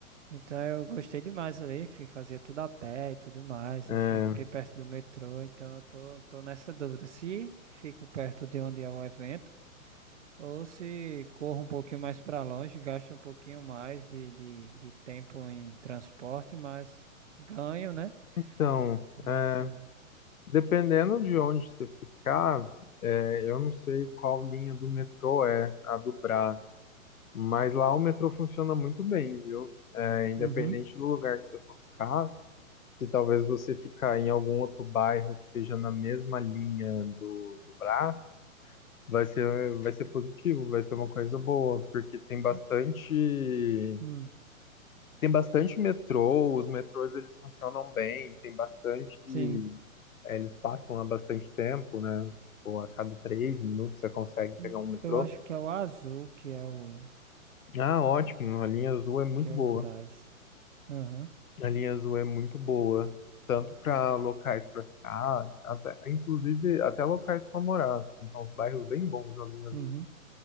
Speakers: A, on the right (about 55°); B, on the left (about 75°).
A: então eu gostei demais ali, enfim, fazia tudo a pé e tudo mais,
B: É,
A: enfim, fiquei perto do metrô, então eu tô, tô nessa dúvida, se fico perto de onde é o evento, ou se corro um pouquinho mais pra longe, gasto um pouquinho mais de, de, de tempo em transporte, mas ganho, né?
B: então,
A: nessa.
B: é. Dependendo de onde você ficar, é, eu não sei qual linha do metrô é a do Brás, mas lá o metrô funciona muito bem, viu? É, independente
A: Uhum.
B: do lugar que você for ficar, se talvez você ficar em algum outro bairro que esteja na mesma linha do, do Brás, vai ser, vai ser positivo, vai ser uma coisa boa, porque tem bastante,
A: eh, Hum.
B: tem bastante metrô, os metrôs eles funcionam bem, tem bastante
A: Sim.
B: eh, eles passam há bastante tempo, né? Ou a cada três minutos você consegue pegar
A: eh,
B: um metrô.
A: Eu acho que é o azul que é o
B: Ah, ótimo, a linha azul é muito
A: que é
B: boa.
A: o Brás. Aham.
B: A linha azul é muito boa, tanto para locais para ficar, até, inclusive até locais para morar. assim, Então, os bairros bem bons da linha azul.
A: Uhum.